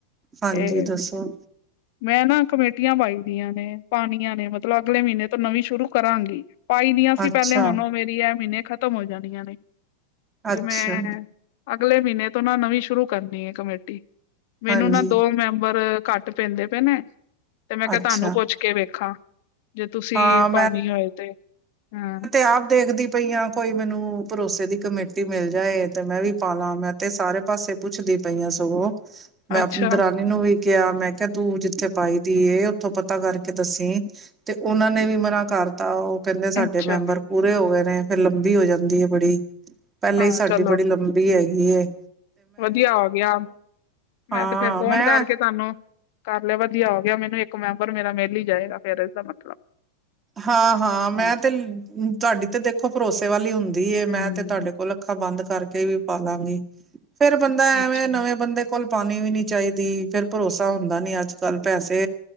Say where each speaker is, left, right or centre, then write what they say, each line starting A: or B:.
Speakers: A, on the right; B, on the left.
A: ਹਾਂਜੀ
B: ਇਹ
A: ਦੱਸੋ
B: ਮੈਂ ਨਾ ਕਮੇਟੀਆਂ ਬਾਈ ਦੀਆਂ ਨੇ ਪਾਣੀਆਂ ਨੇ ਮਤਲਬ ਅਗਲੇ ਮਹੀਨੇ ਤੋਂ ਨਵੀਂ ਸ਼ੁਰੂ ਕਰਾਂਗੀ ਪਾਈ ਦੀਆਂ ਸੀ
A: ਅੱਛਾ,
B: ਪਹਿਲੇ ਹੁਣ ਉਹ ਮੇਰੀ ਇਹ ਮਹੀਨੇ ਖਤਮ ਹੋ ਜਾਣੀਆਂ ਨੇ ਤੇ
A: ਅੱਛਾ
B: ਮੈਂ ਅਗਲੇ ਮਹੀਨੇ ਤੋਂ ਨਾ ਨਵੀਂ ਸ਼ੁਰੂ ਕਰਨੀ ਹੈ ਕਮੇਟੀ ਮੈਨੂੰ
A: ਹਾਂਜੀ
B: ਨਾ ਦੋ ਮੈਂਬਰ ਘੱਟ ਤੇ ਪੈਂਦੇ ਪਏ ਨੇ ਤੇ ਮੈਂ ਕਿਹਾ
A: ਅੱਛਾ
B: ਤੁਹਾਨੂੰ ਪੁੱਛ ਕੇ ਵੇਖਾਂ। ਜੇ ਤੁਸੀਂ
A: ਹਾਂ
B: ਪਾਣੀ ਹੋਏ ਤੇ ਹਾਂ।
A: ਹਾ ਦੇਖਦੀ ਪਈਆਂ ਕੋਈ ਮੈਨੂੰ ਭਰੋਸੇ ਦੀ ਕਮੇਟੀ ਮਿਲ ਜਾਏ ਤੇ ਮੈਂ ਵੀ ਪਾ ਲਾ ਮੈਂ ਤੇ ਸਾਰੇ ਪਾਸੇ ਪੁੱਛਦੀ ਪਈ ਆ ਸਗੋਂ। ਮੈਂ
B: ਅੱਛਾ
A: ਆਪਣੀ ਦਰਾਨੀ ਨੂੰ ਵੀ ਕਿਹਾ ਮੈਂ ਕਿਹਾ ਤੂੰ ਜਿੱਥੇ ਪਾਈ ਦੀ ਉੱਥੋਂ ਪਤਾ ਕਰਕੇ ਦੱਸੀ। ਤੇ ਉਹਨਾਂ ਨੇ ਵੀ ਮਨਾ ਕਰਤਾ ਉਹ ਕਹਿੰਦੇ
B: ਅੱਛਾ
A: ਸਾਡੇ ਮੈਂਬਰ ਪੂਰੇ ਹੋ ਗਏ ਨੇ ਫੇਰ ਲੰਬੀ ਹੋ ਜਾਂਦੀ ਹੈ ਬੜੀ ਪਹਿਲੇ
B: ਹਾਂ
A: ਹੀ ਸਾਡੀ
B: ਚਲੋ
A: ਬੜੀ ਲੰਬੀ ਹੈਗੀ ਹੈ।
B: ਵਧੀਆ ਹੋ ਗਿਆ ਮੈਂ
A: ਹਾਂ
B: ਤੇ ਫੇਰ ਫੋਨ
A: ਮੈਂ
B: ਕਰਕੇ ਤੁਹਾਨੂੰ ਕਰ ਲਿਆ ਵਧੀਆ ਹੋ ਗਿਆ ਮੈਨੂੰ ਇੱਕ ਮੈਂਬਰ ਮੇਰਾ ਮਿਲ ਹੀ ਜਾਏਗਾ ਫੇਰ ਇਸਦਾ ਮਤਲਬ
A: ਹਾਂ- ਹਾਂ ਮੈਂ
B: ਹਮ
A: ਤੇ ਤੁਹਾਡੀ ਤੇ ਦੇਖੋ ਭਰੋਸੇ ਵਾਲੀ ਹੁੰਦੀ
B: ਹਮ,
A: ਮੈਂ ਤੇ ਤੁਹਾਡੇ ਕੋਲ ਅੱਖਾਂ ਬੰਦ ਕਰਕੇ ਵੀ ਪਾਲਾਂਗੀ ਫੇਰ ਬੰਦਾ
B: ਅੱਛਾ
A: ਐਵੇਂ ਨਵੇਂ ਬੰਦੇ ਕੋਲ ਪਾਨੀ ਵੀ ਨੀ ਚਾਈਦੀ। ਫੇਰ ਭਰੋਸਾ ਹੁੰਦਾ ਨੀ ਆੱਜ-ਕਾੱਲ ਪੈਸੇ